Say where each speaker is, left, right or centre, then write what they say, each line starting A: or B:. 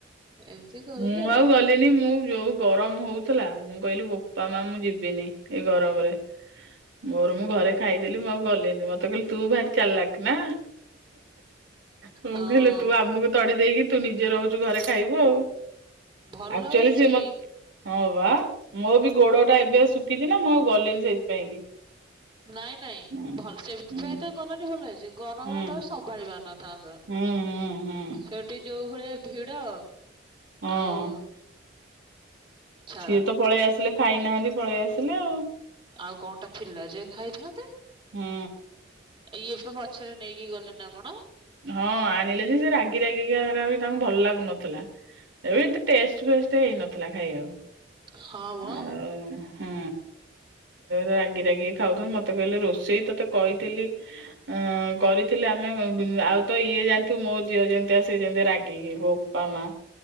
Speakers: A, on the right (about 25°); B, on the right (about 80°).
A: ଏମିତି କହିଲେ
B: ମୁଁ ଆଉ ଗଲିନି। ମୁଁ ଯୋଉ ଗରମ ହଉଥିଲା, ମୁଁ କହିଲି ବୋପା ମା ମୁଁ ଯିବିନି। ଏଇ ଗରମରେ। ମୋର ମୁଁ ଘରେ ଖାଇଦେଲି। ମୁଁ ଆଉ ଗଲିନି ମତେ କହିଲ ତୁ ଭାରି ଚାଲକ ନା? ତୁ ବି
A: ହଁ।
B: ହେଲେ ତୁ ଆମକୁ ତଡି ଦେଇକି ତୁ ନିଜେ ରହୁଚୁ ଘରେ। ଖାଇବୁ ଆଉ।
A: ଭଲ
B: ଆକ୍ଚୁଆଲି
A: ହେଇଛି।
B: ସିଏ ମତ ହଁ ବା। ମୋ ବି ଗୋଡ ଟା ଏବେ ଶୁଖିଚି ନା ମୁଁ ଆଉ ଗଲିନି ସେଇଥିପାଇଁ କି।
A: ନାଇଁ ନାଇଁ
B: ହୁଁ
A: ଭଲ ସେଥିପାଇଁ
B: ହୁଁ
A: ତ ଗଲଣନି ଭଲ ହେଇଚି ଗରମ
B: ହୁଁ
A: ରେ ତାକୁ ସମ୍ଭାଳି ପାରିନ ଥାନ୍ତ।
B: ହୁଁ ହୁଁ ହୁଁ
A: ସେଠି ଯୋଉ ଭଳିଆ ଭିଡ
B: ହଁ
A: ଆଉ ଛାଡ
B: ସିଏ ତ ପଳେଇ ଆସିଲେ ଖାଇନାହାନ୍ତି ପଳେଇ ଆସିଲେ ଆଉ।
A: ଆଉ କଣଟା ଥିଲା ଯେ ଖାଇଥାନ୍ତେ।
B: ହୁଁ
A: ଆ ଇଏ ପା ପଛରେ ନେଇକି ଗଲେ ନା କଣ।
B: ହଁ ଆଣିଲେ ଯେ ସେ ରାଗି ରାଗିକା ହେରା ବି ତାଙ୍କୁ ଭଲ ଲାଗୁନଥିଲା ଏଇ ଏତେ ଟେଷ୍ଟ ଫେଷ୍ଟ ହେଇନଥିଲା ଖାଇବାକୁ
A: ହଁ ମ
B: ଆଉ ହଁ ରାଗି ରାଗି ଖାଉଚନ୍ତି ମତେ କହିଲେ ରୋଷେଇ ତତେ କହିଥିଲି ଅଁ କରିଥିଲେ ଆମେ ଆଉ ତ ଇଏ ଜାଣିଥିବୁ ମୋ ଝିଅ ଯେମିତି ସିଏ ଯେମିତି ରାଗି ବୋ ବୋପା